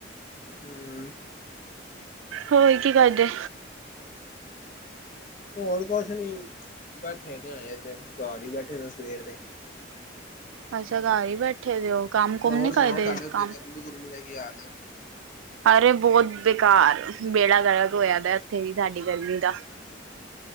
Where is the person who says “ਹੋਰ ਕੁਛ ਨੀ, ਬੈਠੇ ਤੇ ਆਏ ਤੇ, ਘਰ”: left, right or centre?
Left